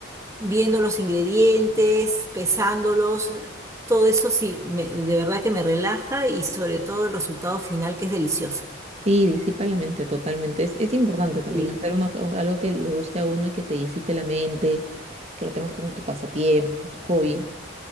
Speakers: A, on the right (about 15°); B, on the right (about 35°).
A: viendo los ingredientes, pesándolos, todo eso sí, me- de verdad que me relaja y sobre todo el resultado final que es delicioso.
B: Sí, disipa la mente totalmente. Es, es importante también
A: Sí.
B: hacer uno, co- algo que le guste a uno y que te disipe la mente, que lo temas como tu pasatiempo, como tu hobby.